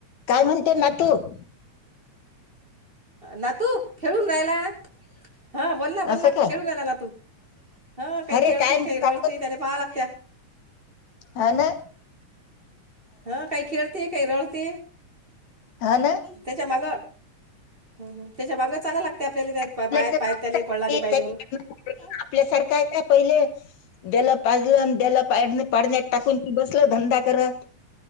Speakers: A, on the left; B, on the right.
A: ते <inaudible>
B: नातू खेळूण राहीला हा बोलला बोलला
A: असं काय
B: खेळूण लायला नातू हा काही
A: अरे
B: खेळते
A: काय
B: काही रडते
A: काय
B: त्याने पाहा लागत्या
A: ह ना
B: हा काही खेळते काही रडते
A: हा ना
B: त्याच्या मग ह ह त्याच्या बांगर चाला लागते आपल्याला त्या
A: आपल्याचं
B: पाया पाया
A: नाव
B: त्या
A: सांगितलं
B: पडला नाही
A: की
B: पाहिजे
A: त्याची-
B: म्हणून
A: आपल्यासारखं आहे का पहिले द्याला पाजलं द्याला पाड पाडण्यात टाकून म बसल धंदा करत